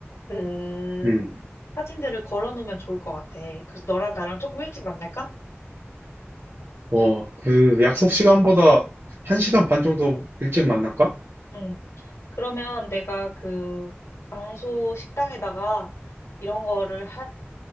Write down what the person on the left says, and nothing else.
그
사진들을 걸어 놓으면 좋을 것 같아. 그래서 너랑 나랑 조금 일찍 만날까?
응. 그러면 내가 그 장소 식당에다가 이런 거를